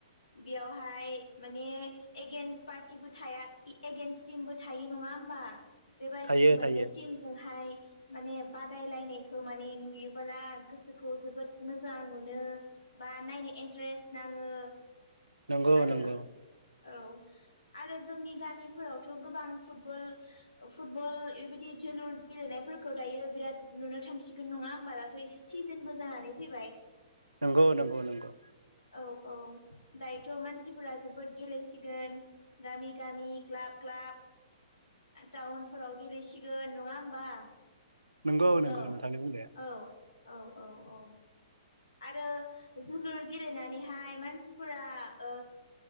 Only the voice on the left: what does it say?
बेयावहाय माने एगेन्स पार्टिबो थाया एगेन्स टिमबो थायो नङा होमबा बेबायादि
मोननै
टिमजोंहाय माने बादायलायनायखौ माने नुयोबोला गोसोखौ जोबोद मोजां मोनो बा नायनो इन्टारेस्ट नाङो
आरो
औ आरो जोंनि गामिफोरावथ' गोबां फुबल फुटबल बेबायदि जोलुर गेलेनायफोरखौ दायो बिराद नुनो थांसिगोन नङा होमबा दाथ एसे सिजोनबो जानानै फैयो मिथिबाय
औ औ दायोथ' मानसिफोरा जोबोद गेलेसिगोन गामि गामि क्लाब क्लाब टाउनफोराव गेलेसिगोन नङा होमबा
औ
औ औ औ औ आरो जोलुर गेलेनानैहाय मानसिफोरा ओ